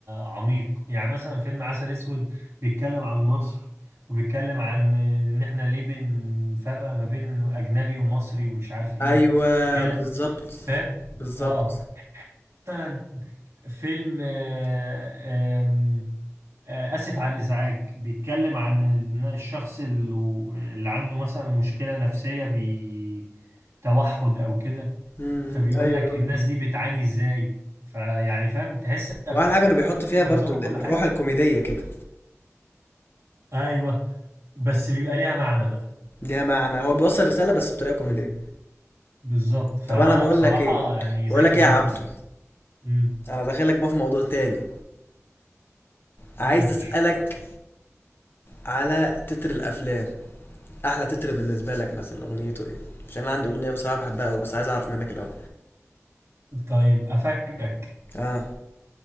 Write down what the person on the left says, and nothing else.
ايوه
بالظبط
بالظبط
مم.
ايوه
واحلى حاجه انه بيحط فيها
برضو ال-
الروح الكوميديه كده
ليها معنى هو بيوصل رساله بس بطريقه كوميديه
طب انا
بقول
لك ايه
بقول لك
ايه يا عبدو
انا داخلك بقى في موضوع تاني عايز
اسالك على تتر الافلام احلى تتر بالنسبه لك مثلا اغنيته ايه عشان انا عندي اغنيه بصراحه بحبها قوي بس عايز اعرف منك الاول
اه